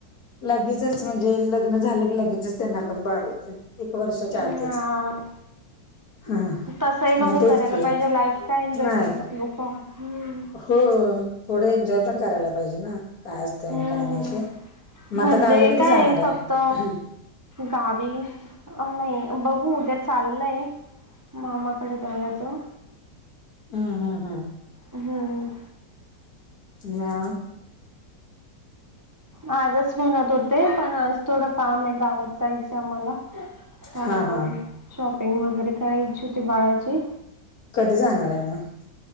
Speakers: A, on the left (about 55°); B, on the right (about 15°).
A: लगेचच म्हणजे लग्न झालं की लगेचच. त्यांना पण बाळ होतय, एक वर्षाच्या
B: हा
A: आतच. हा
B: तसही नको
A: मग तेच
B: करायला
A: की
B: पाहिजे लाईफ काय एन्जॉय
A: नाही
B: करतात लोक हम्
A: हो थोडं एन्जॉय पण करायला पाहिजे ना. काय असते आणि
B: हम्म
A: काय नाही ते, मग
B: म्हणजे
A: आता गावी कधी
B: काय
A: जाणार आहे?
B: फक्त गावी नाही बघू उद्या चाललंय. मामाकडे जाण्याचं
A: हम्म हम्म हम्
B: हम्म
A: या
B: आजच म्हणत होते पण आज थोडं काम आहे गावात जायचं आम्हाला. थोडं
A: हा हा
B: शॉपिंग वगैरे करायची होती बाळाची.
A: कधी जाणार आहे मग?